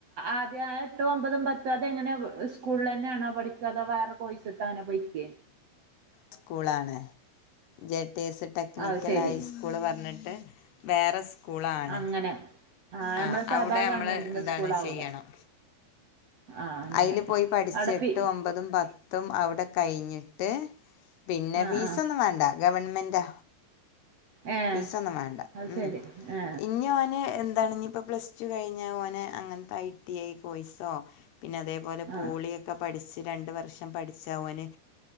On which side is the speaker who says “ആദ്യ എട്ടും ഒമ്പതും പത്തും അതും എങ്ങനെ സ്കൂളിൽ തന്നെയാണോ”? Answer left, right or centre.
Right